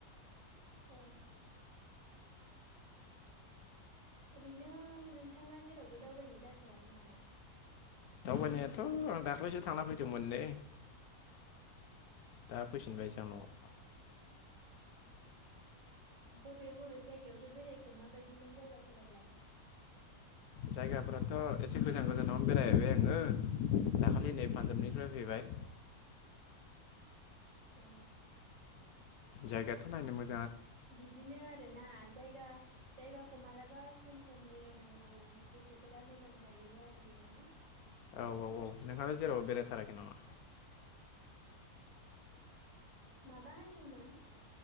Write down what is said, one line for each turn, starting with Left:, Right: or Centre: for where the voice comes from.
Right: अ ओरैनो नोंथाङा जेरावबो दावबायनाय जाथ'वाखै नामा?
Left: दावबायनायाथ' आं दाख्लैसो थांना फैदोंमोन नै दा फैफिनबायसो
Right: अ
Left: आं नआव। <inaudible>
Right: बबे बबे जायगायावथो बेरायखो माबायदिमोन जायगाफोरालाय?
Left: जायगाफोराथ' एसे गोजान गोजानावनो बेरायहैबाय आङो दाखालि नै पान्जाबनिफ्राय फैबाय
Right: अ
Left: जायगायाथ नायनो मोज
Right: बिदिनो आरोना जायगा जायगाखौ मालाबा सम सम बेरायनांगौ गोसोफोरा मोजां थायो आरियो ना
Left: औ औ औ नोंहालाय जेरावबो बेरायथाराखै नामा?
Right: माबा होनदोंमोन?